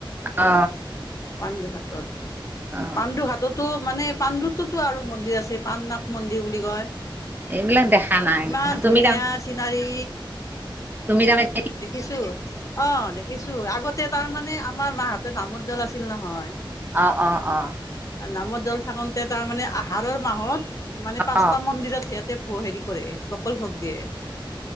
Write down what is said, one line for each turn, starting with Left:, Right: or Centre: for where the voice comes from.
Right: অ।
Left: পাণ্ডু হাতত
Right: অ',
Left: পাণ্ডু হাততো মানে পাণ্ডুত তো আৰু মন্দিৰ আছে পাণ নথ মন্দিৰ বুলি কয়।
Right: এইবিলাক দেখা নাই
Left: ইমান
Right: তুমি
Left: ধুনীয়া
Right: তাৰ
Left: চিনাৰী।
Right: তুমি তামানে
Left: দেখিছো অ দেখিছো আগতে তাৰমানে। আমাৰ মাহঁতে নামদ দল আছিল নহয়।
Right: অ অ অ
Left: নামৰ দল থাকোঁতে তাৰমানে আহাৰৰ মাহত মানে পাঁচটা
Right: অ', অ', অ', অ', অ', অ',
Left: মন্দিৰত সিয়াঁতে ভ হেৰি কৰে। গপাল ভক দিয়ে